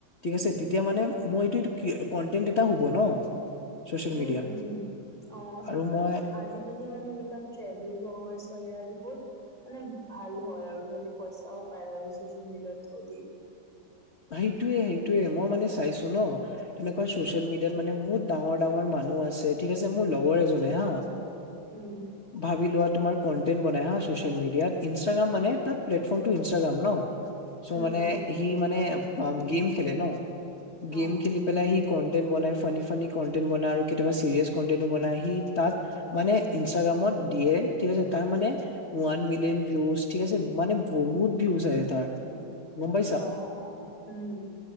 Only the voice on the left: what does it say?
থিক আছে, তেতিয়া মানে মই কন্টেণ্ট এটাও হ'ব ন। চচিয়েল
মিডিয়াত
আৰু মই
সেইটোৱে সেইটোৱে মই মানে চাইছো ন। এনেকুৱা ছচিয়েল মিডিয়াত মানে বহুত ডাঙৰ ডাঙৰ মানুহ আছে, ঠিক আছে মোৰ লগৰ এজনে হা।
ভাবি লোৱা তোমাৰ কণ্টেন্ট বনাই হা ছ'চিয়েল মিডিয়াত, ইনষ্টাগ্ৰাম মানে তাৰ প্লেটফৰ্মটো ইনষ্টাগ্ৰাম ন, চ'
মানে
সি মানে অঁ, গেম খেলে ন, গেম
খেলি পেলাই সি কনটেন্ট বনাই ফানী ফানী কনটেন্ট বনাই, আৰু কেতিয়াবা চিৰিয়াছ কনটেন্ট বনাই, সি তাত মানে ইনষ্টাগ্ৰামত দিয়ে, ঠিক আছে, তাৰ মানে ওৱান মিলিয়ন ভিউজ ঠিক আছে, মানে বহুত ভিউজ আহে তাৰ। গম পাইছা